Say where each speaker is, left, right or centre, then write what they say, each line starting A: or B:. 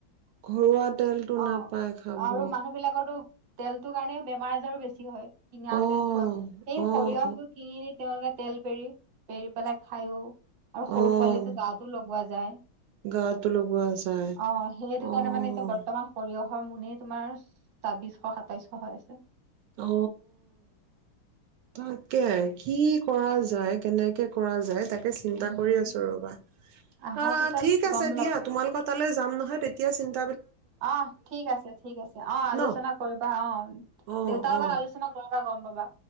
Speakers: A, on the right; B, on the right.
A: ঘৰুৱা তেলটো
B: অ
A: নাপায় খাব।
B: আৰু মানুহ বিলাকৰতো তেলটোৰ কাৰণে বেমাৰ আজাৰো বেছি হয়। কিনা
A: অ',
B: তেল খোৱা। সেই
A: অ',
B: সৰিয়হতো কিনি নি তেওঁলোকে তেল পেৰি, পেৰি পেলাই খাইও আৰু সৰু
A: অ',
B: পোৱালিৰতো গাতো লগোৱা যায়।
A: গাতো লগোৱা যায়।
B: অ, সেইটো
A: অ',
B: কাৰণে মানে এতিয়া বৰ্তমান শৰীৰ য়হৰ মুনিয়ে তোমাৰ, ছাব্বিশ সাতাইশ হৈ আছে।
A: অ তাকে কি কৰা যায়, কেনেকে কৰা যায় তাকে। চিন্তা
B: উম
A: কৰি আছো ৰবা।
B: আহা
A: অঁ
B: পিছত
A: ঠিক আছে
B: গম
A: দিয়া, তোমালোকৰ তালৈ যাম নহ হ তেতিয়া চিন্ত
B: অহ ঠিক আছে, ঠিক আছে। অ, আলোচনা
A: ন
B: কৰিবা অ।
A: অ',
B: দেউতা লগত
A: অ',
B: আলোচনা কৰ <unintelligible> গম পাবা।